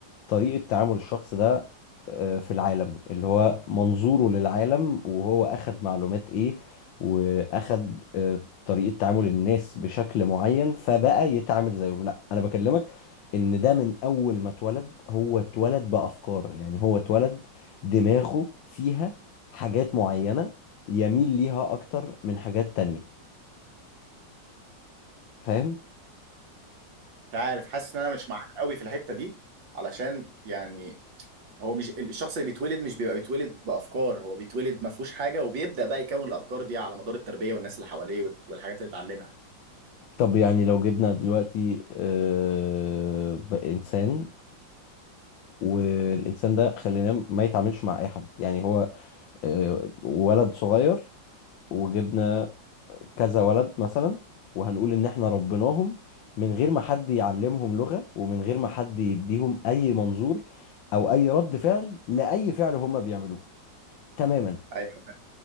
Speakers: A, on the left; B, on the right.
A: طريقة تعامل الشخص ده آه، في العالم اللي هو منظوره للعالم وهو أخد معلومات إيه وأخد آه، طريقة تعامل الناس بشكل معين فبقى يتعامل زيهم لا أنا بكلمك إن ده من أول ما اتولد هو اتولد بأفكار يعني هو اتولد دماغه فيها حاجات معينة يميل ليها أكتر من حاجات تانية فاهم؟
B: مش عارف حاسس ان انا مش معاك قوي في الحته دي علشان يعني هو مش الشخص اللي بيتولد مش بيبقى بيتولد بافكار هو بيتولد ما فيهوش حاجه وبيبدا بقى يكون الافكار دي على مدار التربيه والناس اللي حواليه وال- والحاجات اللي اتعلمها
A: طب يعني لو جبنا دلوقتي آه، بقى إنسان والانسان ده خليناه ما يتعاملش مع اي حد يعني هو آه، ولد صغير وجبنا كذا ولد مثلا وهنقول ان احنا ربيناهم من غير ما حد يعلمهم لغة ومن غير ما حد يديهم اي منظور او اي رد فعل لاي فعل هم بيعملوه تماما
B: ايوه فاهم.